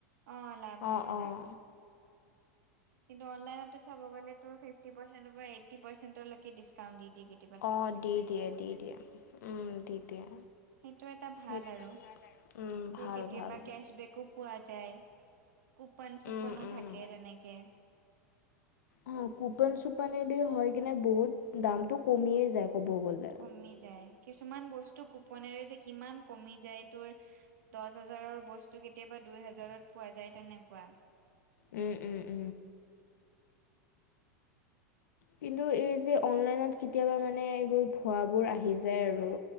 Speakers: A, on the right; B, on the left.
A: অঁ লাভ
B: অঁ
A: নহয়।
B: অঁ
A: কিন্তু অনলাইনতো চাব গলে তোৰ ফিফটি পাৰ্চেণতৰ পৰা এইটি পাৰ্চেনটৰ লৈকে দিচকাউণ্ট দি দিয়ে কেতি
B: অঁ দি দিয়ে দি দিয়ে উম দি দিয়ে।
A: সেইটো এটা ভাল
B: সেই
A: আৰু তোৰ
B: উম ভাল
A: কেতিয়াবা
B: ভাল।
A: কেচবেকো পোৱা যায়। কুপন চুপনো
B: উম উম।
A: থাকে, তেনেকে।
B: অ কুপন - চুপানদি হয় কিনে বহুত দামটো কমিয়ে যায় ক'ব বলে।
A: কমি যায় কিছুমান বস্তু কুপনেৰে যে কিমান কমি যায় তোৰ দচ হাজাৰৰ বস্তু কেতিয়াবা দুই হাজাৰত পোৱা যায় তেনেকুৱা।
B: উমঁ উম উ। কিন্তু এই যে অনলাইনত কেতিয়াবা মানে এইবোৰ ভুৱাবোৰ আহি যায় আৰু।